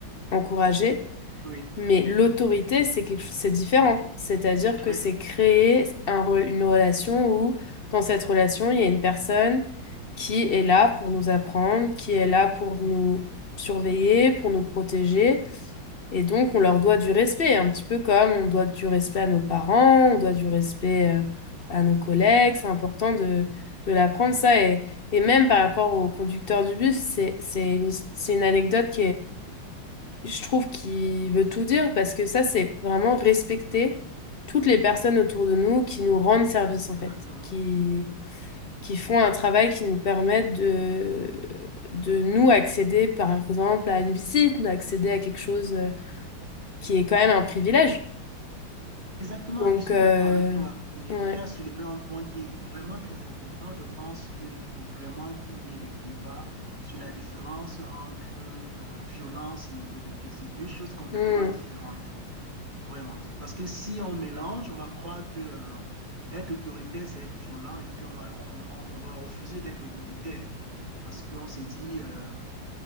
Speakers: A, on the left; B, on the right.
A: encourager.
B: Oui,
A: Mais l'autorité, c'est quelque chose, c'est différent. C'est-à-dire
B: très.
A: que c'est créer un re- une relation où, dans cette relation, il y a une personne qui est là pour nous apprendre, qui est là pour nous surveiller, pour nous protéger. Et donc, on leur doit du respect, un petit peu comme on doit du respect à nos parents, on doit du respect euh, à nos collègues. C'est important de, de l'apprendre, ça. Et, et même par rapport au conducteur du bus, c'est, c'est une, his- c'est une anecdote je trouve qu'il veut tout dire parce que ça, c'est vraiment respecter toutes les personnes autour de nous qui nous rendent service, en
B: Exactement.
A: fait, qui,
B: Exactement.
A: qui font un travail qui nous permet de, de nous accéder, par exemple, à une visite, d'accéder à quelque chose euh, qui est quand même un privilège.
B: Exactement,
A: Donc,
B: je suis
A: euh,
B: d'accord avec toi. Et
A: ouais,
B: tu as soulevé un point qui est vraiment très important. Je pense qu'il faut vraiment qu'il y ait des débats sur la différence entre euh, violence et autorité. C'est deux choses complètement
A: Hmm.
B: différentes, vraiment. Parce que si on mélange, on va croire que euh, être autoritaire, c'est être violent, et puis on va, on on- on va refuser d'être autoritaire. parce qu'on s'est dit, euh,